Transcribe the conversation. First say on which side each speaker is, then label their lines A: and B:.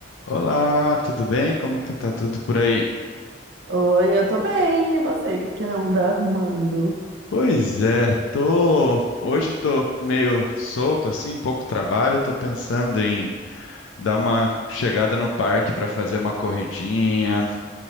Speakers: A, on the left; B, on the right.
A: Olá, tudo bem? Como que tá tudo por aí?
B: Oi, eu tô bem. E você? O que que anda arrumando?
A: Pois é, tô hoje tô meio solto assim, pouco trabalho, tô pensando em dar uma chegada no parque para fazer uma corridinha.